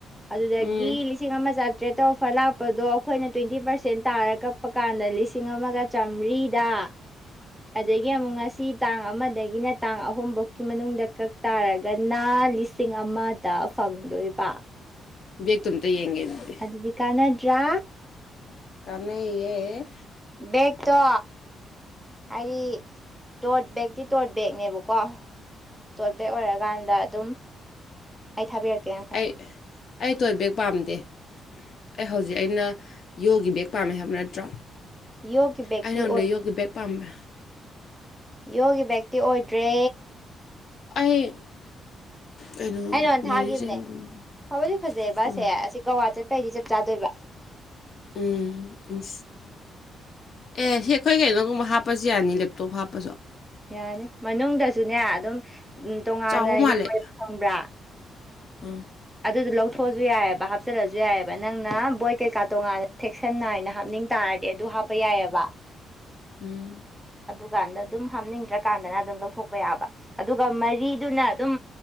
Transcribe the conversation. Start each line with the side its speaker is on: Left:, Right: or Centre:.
Centre: ꯑꯗꯨꯗꯒꯤ
Left: ꯎꯝ
Centre: ꯂꯤꯁꯤꯡ ꯑꯃ ꯆꯥꯇ꯭ꯔꯦꯠꯇ ꯑꯣꯐꯔ ꯂꯥꯛꯄꯗꯣ ꯑꯈꯣꯏꯅ ꯇ꯭ꯋꯦꯟꯇꯤ ꯄꯥꯔꯁꯦꯟ ꯇꯥꯔ ꯀꯛꯄ ꯀꯥꯟꯗ ꯂꯤꯁꯤꯡ ꯑꯃꯒ ꯆꯥꯝꯃ꯭ꯔꯤꯗ ꯑꯗꯒꯤ ꯑꯃꯨꯛ ꯉꯁꯤ ꯇꯥꯡ ꯑꯃꯗꯒꯤꯅ ꯇꯥꯡ ꯑꯍꯨꯝꯕꯧꯀꯥ ꯃꯅꯨꯡꯗ ꯀꯛ ꯇꯥꯔꯒ ꯅ ꯂꯤꯁꯤꯡ ꯑꯃꯗ ꯐꯪꯗꯣꯏꯕ
Left: ꯕꯦꯛꯇꯣ ꯑꯝꯇ ꯌꯦꯡꯒꯦ ꯗꯨꯗꯤ
Centre: ꯗꯨꯗꯤ ꯀꯥꯅꯗ꯭ꯔꯥ
Left: ꯀꯥꯅꯩꯌꯦ
Centre: ꯕꯦꯛꯇꯣ ꯍꯥꯏꯗꯤ ꯗꯣꯔꯠ ꯕꯦꯛꯇꯤ ꯗꯣꯔꯠ ꯕꯦꯒꯅꯦꯕꯀꯣ ꯇꯣꯠ ꯕꯦꯛ ꯑꯣꯏꯔꯀꯥꯟꯗ ꯑꯗꯨꯝ ꯑꯩ ꯊꯥꯕꯤꯔꯛꯀꯦ ꯉꯥ
Left: ꯑꯩ ꯑꯩ <inaudible> ꯕꯦꯛ ꯄꯥꯝꯗꯦ ꯑꯩ ꯍꯧꯖꯤꯛ ꯑꯩꯅ ꯌꯣꯒꯤ ꯕꯦꯒ ꯄꯥꯝꯃꯦ ꯍꯥꯏꯕ ꯅꯠꯇ꯭ꯔꯣ
Centre: ꯌꯣꯒꯤ ꯕꯦꯛꯇꯤ
Left: ꯑꯩ ꯅꯉꯣꯟꯗ
Centre: ꯑꯣꯏ
Left: ꯌꯣꯒꯤ ꯕꯦꯛ ꯄꯥꯝꯃꯦ
Centre: ꯌꯣꯒꯤ ꯕꯦꯛꯇꯤ ꯑꯣꯏꯗ꯭ꯔꯦ
Left: ꯑꯩ ꯀꯩꯅꯣ
Centre: ꯑꯩꯅ ꯅꯉꯣꯟꯗ
Left: ꯃꯦꯔꯤꯖꯦꯟꯒꯨꯝꯕ
Centre: ꯊꯥꯒꯤꯕꯅꯦ ꯐꯕꯗꯤ ꯐꯖꯩꯕ
Left: ꯑꯣꯏ
Centre: ꯑꯁꯦ ꯑꯁꯤ ꯀꯛꯋꯥ ꯆꯠ ꯑꯗꯨꯏꯗꯤ ꯆꯞ ꯆꯥꯗꯣꯏꯕ
Left: ꯎꯝ ꯏꯁ ꯑꯦ <inaudible> ꯑꯩꯈꯣꯏ ꯀꯩꯅꯣꯒꯨꯝꯕ ꯍꯥꯞꯄꯁꯨ ꯌꯥꯅꯤ ꯂꯦꯞꯇꯣꯞ ꯍꯥꯞꯄꯁꯨ
Centre: ꯌꯥꯅꯤ ꯃꯅꯨꯡꯗꯁꯨꯅꯦ ꯑꯗꯨꯝ ꯎꯝ ꯇꯣꯉꯥꯟꯅ
Left: ꯆꯥꯎꯕ ꯃꯥꯜꯂꯦ
Centre: ꯌꯥꯎꯋꯦꯕ ꯈꯪꯕ꯭ꯔꯥ
Left: ꯎꯝ
Centre: ꯑꯗꯨꯗꯣ ꯂꯧꯊꯣꯛꯑꯁꯨ ꯌꯥꯏꯌꯦꯕ ꯍꯥꯞꯆꯜꯂꯁꯨ ꯌꯥꯏꯌꯦꯕ ꯅꯪꯅ ꯕꯣꯏ ꯀꯩꯀꯥ ꯇꯣꯉꯥꯟꯅ ꯁꯦꯛꯁꯟ ꯅꯥꯏꯅ ꯍꯥꯞꯅꯤꯡ ꯇꯥꯔꯗꯤ ꯑꯗꯨ ꯍꯥꯞꯄ ꯌꯥꯏꯌꯦꯕ
Left: ꯎꯝ
Centre: ꯑꯗꯨꯀꯥꯟꯗ ꯑꯗꯨꯝ ꯍꯥꯞꯅꯤꯡꯗ꯭ꯔ ꯀꯥꯟꯗꯅ ꯑꯗꯨꯝ ꯂꯧꯊꯣꯛꯄ ꯌꯥꯕ ꯑꯗꯨꯒ ꯃꯔꯤꯗꯨꯅ ꯑꯗꯨꯝ